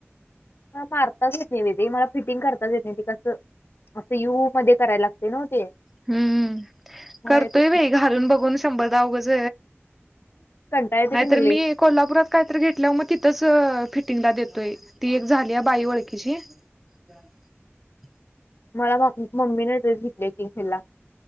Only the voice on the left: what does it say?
मला मारताच येत नाही बाई ते मला फिटिंग करताच येत नाही ते कसं असं यू मध्ये करायला लागतंय नव्ह ते?
मग
कंटाळ येते
की नाही लई
मला म मम्मीने ड्रेस घेतल्या की हेला